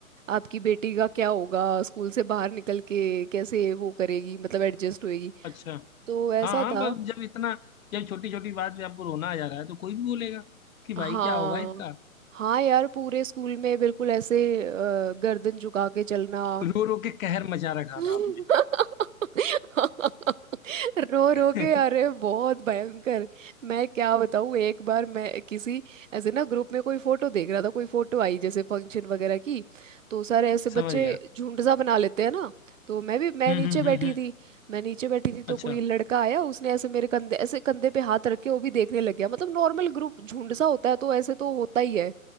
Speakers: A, on the right (about 65°); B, on the left (about 70°).
A: आपकी बेटी का क्या होगा स्कूल से बाहर निकल के कैसे वो करेगी मतलब एडजस्ट होएगी
B: अच्छा
A: तो ऐसा
B: हाँ हाँ
A: था
B: बस जब इतना जब छोटी छोटी बात पे आपको रोना आ जा रहा है तो कोई भी बोलेगा कि भाई
A: हाँ
B: क्या होगा इसका
A: हाँ यार पूरे स्कूल में बिल्कुल ऐसे अ, गर्दन झुका के चलना
B: रो रो के कहर मचा रखा
A: <laughs>
B: था आपने
A: रो रो
B: <laughs>
A: के अरे बहुत भयंकर मैं क्या बताऊं एक बार मैं किसी ऐसे ना ग्रुप में कोई फोटो देख रहा था कोई फोटो आई जैसे फंक्शन वगैरह की तो सारे ऐसे
B: समझ
A: बच्चे
B: गया
A: झुंड सा बना लेते हैं ना तो मैं भी मैं
B: हम्म
A: नीचे
B: हम्म
A: बैठी
B: हम्म हम्म।
A: थी मैं नीचे बैठी थी तो
B: अच्छा
A: कोई लड़का आया उसने ऐसे मेरे कंधे ऐसे कंधे पे हाथ रख के वो भी देखने लग गया मतलब नॉर्मल ग्रुप झुंड सा होता है तो ऐसे तो होता ही है